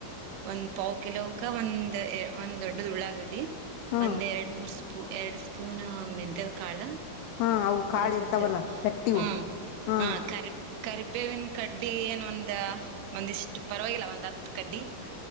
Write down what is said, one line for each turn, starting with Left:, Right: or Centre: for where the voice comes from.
Right: ಒಂದ್ ಪಾವ ಕಿಲೋಕ ಒಂದ್ ಒಂದ್ ದೊಡ್ಡ ಉಳ್ಳಾಗಡ್ಡಿ
Left: ಹಾ
Right: ಒಂದ್ರಡು ಮೂರ್ ಪೂ ಎರಡು ಸ್ಪೂನ್ ಮೆಂತೆದ ಕಾಳ
Left: ಹಾ ಅವು ಕಾಳ
Right: ಒಂದು
Left: ಇರ್ತಾವಲ್ಲ ಗಟ್ಟಿವು
Right: ಹ್ಮ್
Left: ಹಾ
Right: ಹ ಕರಿ ಕರಿಬೇವಿನ ಕಡ್ ಅಡ್ಡಿ ಏನ್ ಒಂದ ಒಂದಿಷ್ಟು ಪರವಾಗಿಲ್ಲ ಒಂದ್ ಹತ್ತು ಕಡ್ಡಿ